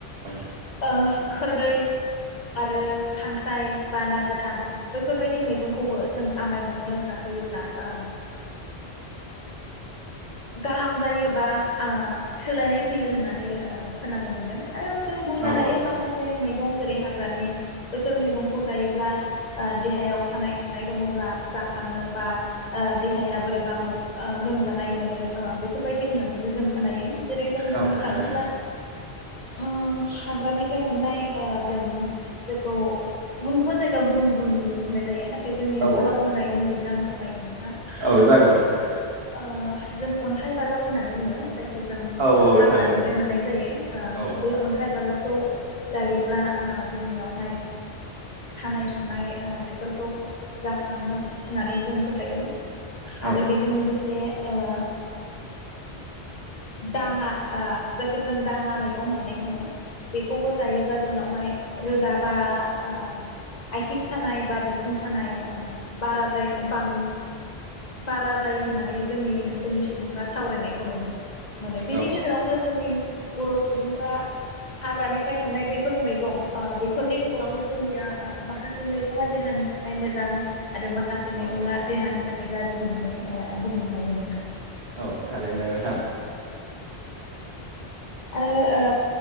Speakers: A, on the right (about 65°); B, on the left (about 40°).
A: औ
B: ओ खोरदै आरो खांख्राइ बा ना गोथां बैफोरबायदि मैगंखौबो जों आमाय मोननायाव जाहोयोब्ला ओ गाहाम जायोबा ओ सोलायनाय फैयो होननानै ओ खोनानो मोनदों । आरो जों बुंनो
A: औ
B: हायो
A: औ
B: माखासे मैगं जेरै हाग्रानि बैफोर मैगंखौ जायोब्ला ओ देहायाव सानाय सुनाय दङब्ला जाखङो बा देहाया बोरैबा ओ लोमजानाय मो नो ओ बेफोरबायदि होननानैबो जों खोनायो । जेरै जों बुंनो
A: औ
B: थाङोब्ला
A: थारैनो
B: उम हाग्रानिफ्राय मोननाय ओ जों जेखौ गुबुन गुबुन जायगायाव गुबुन गुबुन मुंजों बुंनाय जायो नाथाय जोंनि
A: औ
B: ओनसोलाव
A: औ
B: बुंनाय मुंजोंनो आं फोरमायगोन नोंथां
A: औ जागोन नोंथां
B: ओ जों अन्थाइ बाजाब होननानै बुङो। जायखौ जों
A: औ औ
B: हाग्रानिफ्राय
A: थारैनो
B: मोननाय जायो ओ
A: औ
B: बे अन्थाइ बाजाबखौ जायोब्ला ओ जोंनियावहाय सानाय सुनाय ओ बेफोरखौ जाखाङो होननानै जों फोथायो।
A: औ
B: आरो बेजों लोगोसे ओ दाङा ओ जायखौ जों दाङा मैगं होननानै बुङो। बेखौबो जायोब्ला जोंनावहाय रोदा बा ओ आथिं सानाय बा बिखुं सानाय ओ बाराद्राय बां बारा जायो होननानै जोंनि ओनसोलनि सुबुंफ्रा सावरायनायखौ नुनो मोनो बेनि
A: औ
B: गेजेरावनो जोंनि बर' सुबुंफ्रा हाग्रानिफ्राय मोननाय बैफोर मैगं ओ बेफोरनि गेजेरावनो जोंनिया ओ माखासे मैगङा देहानि थाखाय मोजां आरो माखासे
A: औ
B: मैगङा देहानि थाखाय गाज्रि होननानै ओ बुंनो हायो नोंथां
A: औ थारैनो नोंथां
B: आरो ओ